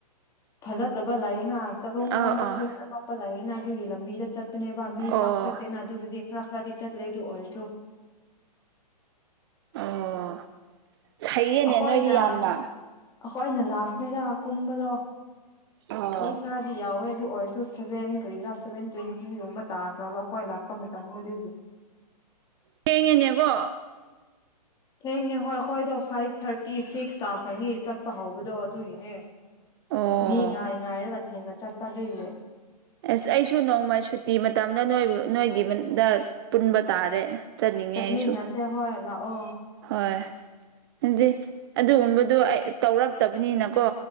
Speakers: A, on the left; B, on the right.
A: ꯐꯖꯗꯕ ꯂꯩꯌꯦꯅ ꯇꯥꯕꯨꯡꯂꯣꯝꯗ
B: ꯑꯥ ꯑꯥ
A: ꯆꯤꯡ ꯑꯇꯣꯞꯄ ꯂꯩꯌꯦꯅ ꯑꯗꯨꯒꯤ ꯂꯝꯕꯤꯗ ꯆꯠꯄꯅꯦꯕ ꯃꯤ
B: ꯑꯣ
A: ꯄꯥꯛ ꯆꯠꯇꯦꯅ ꯑꯗꯨꯗꯨꯗꯤ ꯈꯔ ꯈꯔꯗꯤ ꯆꯠꯂꯦ ꯑꯗꯨ ꯑꯣꯏꯔꯁꯨ
B: ꯑꯣ ꯍꯩꯌꯦꯅꯦ
A: ꯑꯈꯣꯏꯅ
B: ꯅꯣꯏꯗꯤ ꯌꯥꯝꯅ
A: ꯑꯈꯣꯏꯅ ꯂꯥꯁꯅꯤꯗ ꯀꯨꯝꯕꯗꯣ
B: ꯑꯣ
A: ꯃꯤ ꯈꯔꯗꯤ ꯌꯥꯎꯋꯦ ꯑꯗꯨ ꯑꯣꯏꯔꯁꯣ ꯁꯖꯦꯟ ꯀꯔꯤꯔꯥ ꯁꯚꯦꯟ ꯇꯣꯏꯋꯦꯟꯇꯤꯒꯨꯝꯕ ꯇꯥꯈꯔꯥꯕ ꯑꯩꯈꯣꯏ ꯂꯥꯛꯄ ꯃꯇꯝꯗ ꯑꯗꯨꯒꯤ
B: ꯊꯦꯡꯉꯦꯅꯦꯀꯣ
A: ꯊꯦꯡꯉꯦ ꯍꯣꯏ ꯑꯩꯈꯣꯏꯗꯣ ꯐꯥꯏꯚ ꯊꯥꯔꯇꯤ ꯁꯤꯛꯁ ꯇꯥꯛꯈꯔꯥꯅꯤ ꯆꯠꯄ ꯍꯧꯕꯗꯣ ꯑꯗꯨꯒꯤꯅꯦ
B: ꯑꯣ
A: ꯃꯤ ꯉꯥꯏ ꯉꯥꯏꯔꯒ ꯊꯦꯡꯅ ꯆꯠꯄ ꯑꯗꯨꯏꯅꯦ
B: ꯑꯦꯁ ꯑꯩꯁꯨ ꯅꯣꯡꯃꯥ ꯁꯨꯇꯤ ꯃꯇꯝꯗ ꯅꯣꯏꯕꯨ ꯅꯣꯏꯒꯤꯗ ꯄꯨꯟꯕ ꯇꯥꯔꯦ ꯆꯠꯅꯤꯡꯉꯦ
A: ꯆꯠꯃꯤꯟꯅꯁꯦ
B: ꯑꯩꯁꯨ
A: ꯍꯣꯏ ꯂꯥꯛꯑꯣ
B: ꯍꯣꯏ ꯑꯗꯨꯗꯤ ꯑꯗꯨꯒꯨꯝꯕꯗꯣ ꯑꯩ ꯇꯧꯔꯛꯇꯕꯅꯤꯅꯀꯣ